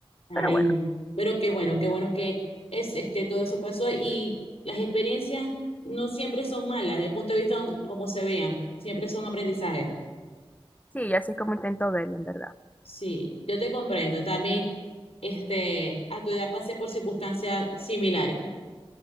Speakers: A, on the left; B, on the left.
A: Ay,
B: Pero bueno,
A: no. Pero qué bueno, qué bueno que es, este, todo eso pasó y las experiencias no siempre son malas, desde el punto de vista donde- como se vean, siempre son aprendizajes.
B: sí, así es como intento verlo, en verdad.
A: Sí, yo te comprendo. También, este, a tu edad pasé por circunstancias similares,